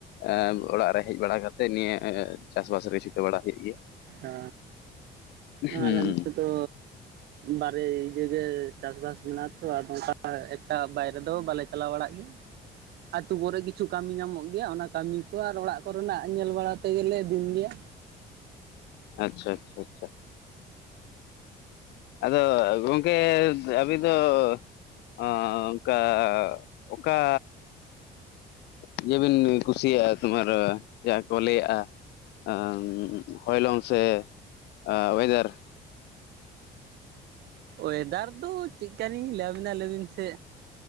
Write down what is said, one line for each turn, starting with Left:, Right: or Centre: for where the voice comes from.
Left: ᱮᱸ ᱚᱲᱟᱜ ᱨᱮ ᱦᱮᱡ ᱵᱟᱲᱟ ᱠᱟᱛᱮᱜ ᱱᱤᱭᱟᱹ ᱪᱟᱥᱵᱟᱥ ᱨᱮ ᱪᱷᱩᱴᱟᱹ ᱵᱟᱲᱟ ᱦᱩᱭᱩᱜ ᱜᱮᱭᱟ
Right: ᱟ ᱟᱸᱟᱞᱮ
Left: ᱦᱩᱸ
Right: ᱱᱚᱛᱮ ᱫᱚ ᱵᱟᱨᱮ ᱤᱭᱟᱹ ᱜᱮ ᱪᱟᱥᱵᱟᱥ ᱢᱮᱱᱟᱜ ᱛᱚ ᱟᱫᱚ ᱚᱝᱠᱟ ᱮᱠᱴᱟ ᱵᱟᱭᱨᱮ ᱫᱚ ᱵᱟᱞᱮ ᱪᱟᱞᱟᱣ ᱵᱟᱲᱟᱜ ᱜᱮᱭᱟ ᱟᱛᱩ ᱠᱚᱨᱮ ᱠᱤᱪᱷᱩ ᱠᱟᱢᱤ ᱧᱟᱢᱚᱜ ᱜᱮᱭᱟ ᱚᱱᱟ ᱠᱟᱢᱤ ᱠᱚ ᱟᱨ ᱚᱲᱟᱜ ᱠᱚᱨᱮᱱᱟᱜ ᱧᱮᱞ ᱵᱟᱲᱟ ᱛᱮᱜᱮᱞᱮ ᱫᱤᱱ ᱜᱮᱭᱟ
Left: ᱟᱪᱪᱷᱟ ᱟᱪᱪᱷᱟ ᱟᱪᱪᱷᱟ ᱪᱷᱟ ᱟᱫᱚ ᱜᱚᱝᱠᱮ ᱟᱹᱵᱤᱱ ᱫᱚ ᱳ ᱠᱟᱸ ᱚᱠᱟ ᱤᱭᱟᱹᱵᱤᱱ ᱠᱩᱥᱤᱭᱟᱜᱼᱟ ᱛᱳᱢᱟᱨ ᱡᱟᱦᱟᱸ ᱠᱚ ᱞᱟᱹᱭᱟᱜᱼᱟ ᱟᱸ ᱦᱚᱭᱞᱚᱝ ᱥᱮ ᱳᱭᱮᱫᱟᱨ
Right: ᱚᱭᱮᱫᱟᱨ ᱫᱚ ᱪᱮᱫᱠᱟᱞᱤᱧ ᱞᱮᱭᱟᱵᱤᱱᱟ ᱞᱮᱭᱵᱤᱱ ᱥᱮ